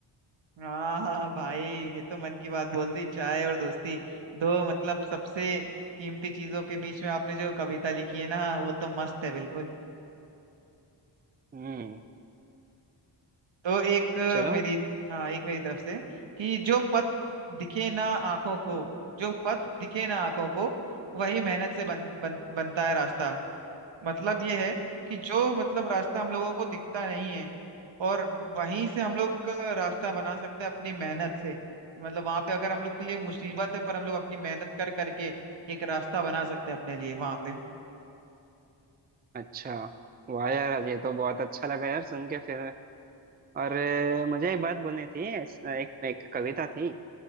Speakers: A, on the right (about 70°); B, on the right (about 20°).
A: हाँ हाँ भाई ये तो मन की बात बोल दी चाय और दोस्ती दो मतलब सबसे कीमती चीजों के बीच में आपने जो कविता लिखी है ना वो तो मस्त है बिल्कुल
B: हम्म
A: तो एक अ,
B: चलो
A: मेरी हाँ एक मेरी तरफ से कि जो पथ दिखे ना आंखों को जो पथ दिखे ना आंखों को वही मेहनत से बन, बन, बनता है रास्ता मतलब ये है कि जो मतलब रास्ता हम लोगों को दिखता नहीं है और वहीं से हम लोग का रास्ता बना सकते हैं अपनी मेहनत से मतलब वहां पे अगर हम लोग के लिए मुसीबत है पर हम लोग अपनी मेहनत कर करके एक रास्ता बना सकते हैं अपने लिए वहां पे
B: अच्छा वाह यार ये तो बहुत अच्छा लगा यार सुन के फिर और अ, मुझे एक बात बोलनी थी इस- एक एक कविता थी